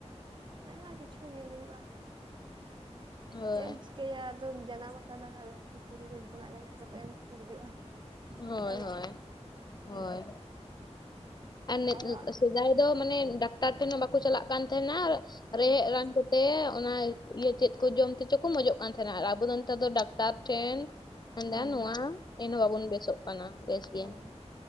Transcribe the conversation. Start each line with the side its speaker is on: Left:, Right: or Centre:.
Right: ᱦᱮᱸ ᱟᱭᱢᱟ ᱠᱤᱪᱷᱩ ᱧᱮᱞ ᱦᱩᱭᱩᱜᱼᱟ᱾
Left: ᱦᱳᱭ
Right: ᱪᱮᱫ ᱮᱢ ᱪᱤᱠᱟᱹᱭᱟ ᱟᱫᱚᱢ ᱡᱟᱱᱟᱢ ᱟᱠᱟᱱᱟ ᱨᱟ ᱯᱩᱨᱤ ᱨᱮ ᱡᱚᱛᱚᱱᱟᱜ ᱜᱮ ᱧᱮᱞ ᱠᱟᱛᱮᱢ ᱜᱩᱡᱩᱜᱼᱟ᱾
Left: ᱦᱳᱭ
Right: ᱦᱮᱸ ᱵᱟᱝ
Left: ᱦᱳᱭ ᱦᱳᱭ
Right: ᱦᱮᱸ᱾
Left: ᱟᱨ
Right: ᱟᱫᱚ
Left: ᱥᱮᱫᱟᱭ ᱫᱚ ᱢᱟᱱᱮ ᱰᱟᱠᱛᱟᱨ ᱴᱷᱮᱱ ᱦᱚᱸ ᱵᱟᱠᱚ ᱪᱟᱞᱟᱜ ᱠᱟᱱ ᱛᱟᱦᱮᱱᱟᱼᱼ
Right: ᱦᱮᱸ
Left: ᱨᱮᱦᱮᱫ ᱨᱟᱱ ᱠᱚᱛᱮ ᱚᱱᱟ ᱤᱭᱟᱹ ᱪᱮᱫ ᱠᱚ ᱡᱚᱢ ᱛᱮᱪᱚ ᱠᱚ ᱢᱚᱡᱚᱜ ᱠᱟᱱᱟᱼᱼ ᱛᱟᱦᱮᱱᱟ ᱟᱨ ᱟᱵᱚ ᱫᱚ ᱱᱮᱛᱟᱨ ᱫᱚ ᱰᱟᱠᱛᱟᱨ ᱴᱷᱮᱱ ᱦᱫᱟ
Right: ᱦᱮᱸ
Left: ᱱᱚᱣᱟ ᱮᱱᱦᱚᱸ ᱵᱟᱵᱚᱱ ᱵᱮᱥᱚᱜᱼᱟ᱾ ᱠᱟᱱᱟ ᱵᱮᱥ
Right: ᱦᱮᱸ
Left: ᱜᱮ᱾